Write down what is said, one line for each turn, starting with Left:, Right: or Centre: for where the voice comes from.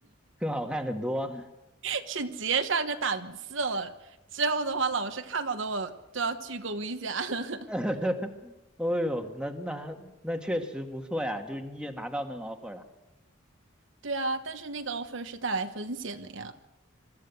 Centre: 更好看很多。
Right: <laughs> 是直接上个档次了。之后的话，老师看到的我都要鞠躬一下。<laughs>
Centre: <laughs> 哦呦，那那那确实不错呀，就是你也拿到那个 offer 了，
Right: 对啊，但是那个 offer 是带来风险的呀。